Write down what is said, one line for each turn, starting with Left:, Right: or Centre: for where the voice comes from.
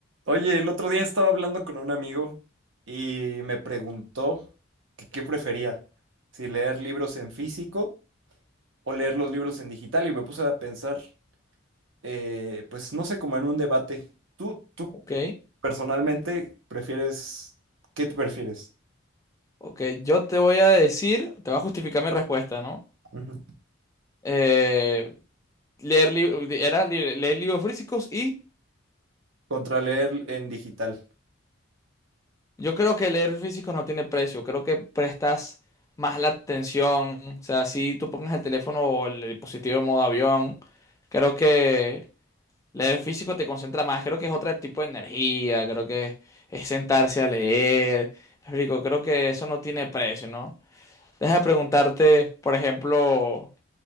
Right: Oye, el otro día estaba hablando con un amigo y me preguntó que qué prefería, si leer libros en físico o leer los libros en digital y me puse a pensar, eh, pues no sé, como en un debate. ¿Tú, tú
Left: Ok,
Right: personalmente prefieres, qué te prefieres?
Left: ok. Yo te voy a decir, te va a justificar mi respuesta, ¿no?
Right: Ujú.
Left: Eh, leer li- era li- leer libros físicos y
Right: Contra leer en digital.
Left: yo creo que leer físicos no tiene precio. Creo que prestas más la atención. O sea, si tú pongas el teléfono o el dispositivo en modo avión, creo que leer físico te concentra más. Creo que es otro tipo de energía. Creo que es sentarse a leer. Me explico, creo que eso no tiene precio, ¿no? Deja de preguntarte, por ejemplo,